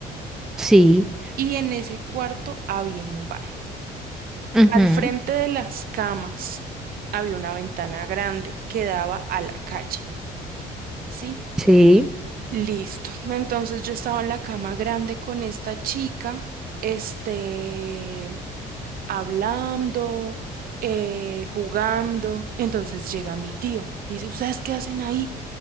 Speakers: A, in the centre; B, on the right.
A: Sí,
B: Y en ese cuarto había un baño.
A: Ujú,
B: Al frente de las camas había una ventana grande que daba a la calle, ¿sí?
A: sí.
B: Listo. Entonces yo estaba en la cama grande con esta chica, este, hablando, eh, jugando. Entonces llega mi tío y dice, ¿ustedes qué hacen ahí?